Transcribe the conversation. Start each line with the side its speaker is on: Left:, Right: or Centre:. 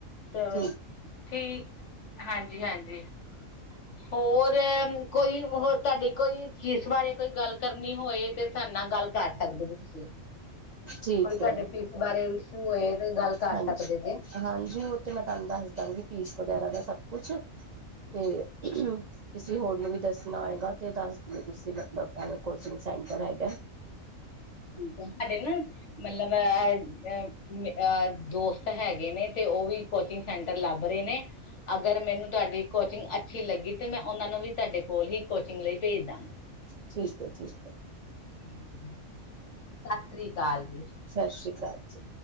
Left: ਚਲੋ,
Right: ਠੀਕ
Left: ਠੀਕ, ਹਾਂਜੀ-ਹਾਂਜੀ। ਹੋਰ, ਕੋਈ ਹੋਰ ਤੁਹਾਡੀ ਕੋਈ ਚੀਜ਼ ਬਾਰੇ ਕੋਈ ਗੱਲ ਕਰਨੀ ਹੋਏ, ਤੇ ਸਾਡ ਨਾਲ ਗੱਲ ਕਰ ਸਕਦੇ ਹੋ ਤੁਸੀਂ।
Right: ਠੀਕ
Left: ਕੋਈ ਤੁਹਾਡੇ
Right: ਹੈ
Left: ਫੀਸ ਬਾਰੇ ਇਸ਼ੂ ਹੋਏ, ਤੇ ਗੱਲ ਕਰ
Right: ਹਾਂਜੀ,
Left: ਸਕਦੇ ਜੇ।
Right: ਹਾਂਜੀ ਉਹ ਤੇ ਮੈਂ ਤੁਹਾਨੂੰ ਦੱਸ ਦਾਂਗੀ, ਫੀਸ ਵਗੈਰਾ ਦਾ ਸਭ ਪੁਛੋ, ਤੇ ਕਿਸੇ ਹੋਰ ਨੂੰ ਵੀ ਦਸਣਾ ਹੋਏਗਾ, ਤੇ ਦਸ ਦਿਓ ਤੁਸੀਂ, ਮਤਲਬ ਕੋਚਿੰਗ ਸੈਂਟਰ ਹੈਗਾ।
Left: ਠੀਕ ਹੈ, ਸਾਡੇ ਨਾ ਮਤਲਬ ਅ ਅ ਦੋਸਤ ਹੈਗੇ ਨੇ, ਤੇ ਉਹ ਵੀ ਕੋਚਿੰਗ ਸੈਂਟਰ ਲੱਭ ਰਹੇ ਨੇ। ਅਗਰ ਮੈਨੂੰ ਤੁਹਾਡੀ ਕੋਚਿੰਗ ਅੱਛੀ ਲੱਗੀ ਤੇ, ਮੈਂ ਉਹਨਾਂ ਨੂੰ ਵੀ ਤੁਹਾਡੇ ਕੋਲ ਹੀ ਕੋਚਿੰਗ ਲਈ ਭੇਜ ਦਾਂ।
Right: ਠੀਕ ਹੈ, ਠੀਕ ਹੈ।
Left: <inaudible> ਸਤਿ ਸ਼੍ਰੀ ਅਕਾਲ ਜੀ,
Right: ਸਤਿ ਸ੍ਰੀ ਅਕਾਲ ਜੀ,